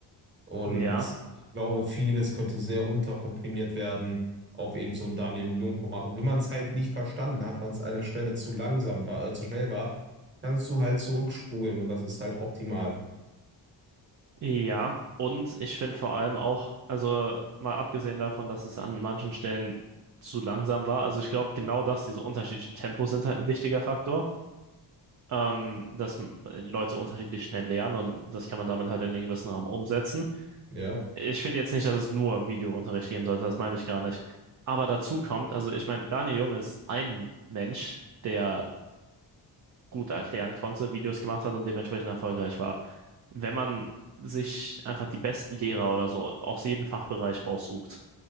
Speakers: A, on the right; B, on the right.
A: Und
B: Ja,
A: ich glaube, vieles könnte sehr runterkomprimiert werden auf eben so ein Daniel-Jung-Format. Und wenn man es halt nicht verstanden hat, weil es an der Stelle zu langsam war, äh, zu schnell war, kannst du halt zurückspulen und das ist halt optimal.
B: ja. Und ich finde vor allem auch, also mal abgesehen davon, dass es an manchen Stellen zu langsam war, also ich glaube genau das, diese unterschiedlichen Tempos sind halt ein wichtiger Faktor, ähm, dass m- Leute unterschiedlich schnell lernen und das kann man damit halt in einem gewissen Rahmen umsetzen.
A: Ja.
B: Ich finde jetzt nicht, dass es nur Videounterricht geben sollte, das meine ich gar nicht. Aber dazu kommt, also ich meine, Daniel Jung ist ein Mensch, der gut erklären konnte, Videos gemacht hat und dementsprechend erfolgreich war. Wenn man sich einfach die besten Lehrer oder so aus jedem Fachbereich raussucht